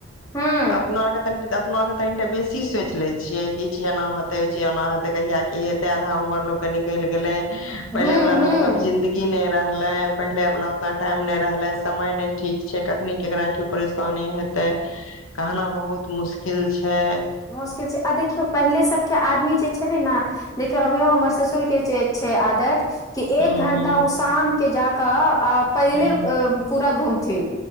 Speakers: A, on the left (about 15°); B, on the left (about 85°).
A: हूँ
B: अपना आरके तनिटा अपना आरके तनिटा बेसी ई सोच ले छिये क ई ची एना हेते उ ची एना हेते कहिया की हेते आधा उम्र लोग के निकलि गेले <unintelligible> पहिले
A: हूँ
B: वाला
A: हूँ
B: लोक क अब जिन्दगी की नहि रहले पहिले वाला उतना टाइम नहि रहले समय नै ठीक छै कखनी केकरा की परेशानी हेत तऽ कहना बहुत मुशकिल छै
A: मुश्किल छै आ देखियौ पहिले सबके आदमी जे छले ने देखियौ अभीयों हमर ससुर के जे छै आदत कि
B: हूं
A: एक घंटा
B: हूं
A: ओ शाम के जाकऽ आ पहिले
B: हूं
A: पूरा घूमथिन